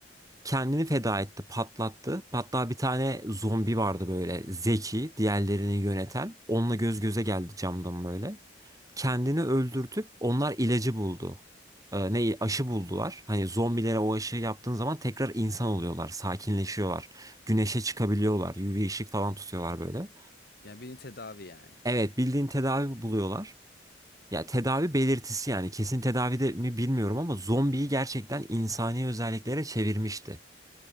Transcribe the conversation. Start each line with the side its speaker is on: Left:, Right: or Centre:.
Right: kendini feda etti, patlattı. Hatta bir tane zombi vardı böyle zeki, diğerlerini yöneten. Onunla göz göze geldi camdan böyle. Kendini öldürtüp onlar ilacı buldu. Ee, ne aşı
Left: Şimdi,
Right: buldular. Hani zombilere o aşıyı yaptığın zaman tekrar insan oluyorlar, sakinleşiyorlar. Güneşe çıkabiliyorlar, UV ışık falan tutuyorlar böyle.
Left: yani birini tedavi yani.
Right: Evet, bildiğin tedavi buluyorlar. Ya tedavi belirtisi yani kesin tedavi de mi bilmiyorum ama zombiyi gerçekten insani özelliklere çevirmişti.